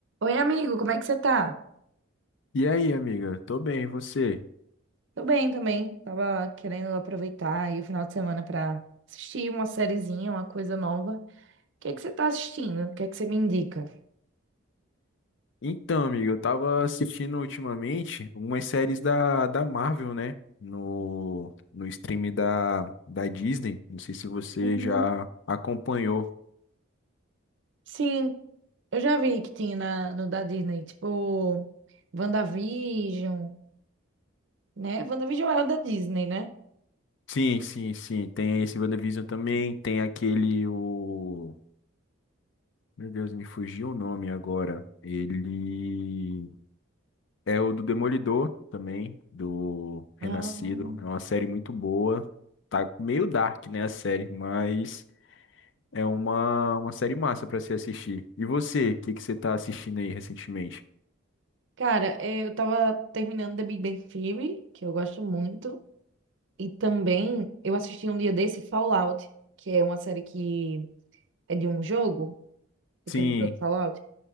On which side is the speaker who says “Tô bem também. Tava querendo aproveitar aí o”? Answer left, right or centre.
Right